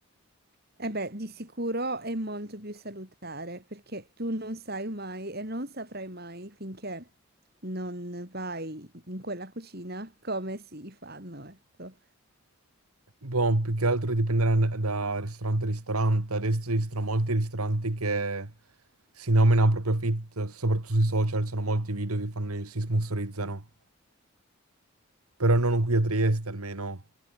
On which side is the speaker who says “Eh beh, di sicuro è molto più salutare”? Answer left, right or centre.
Right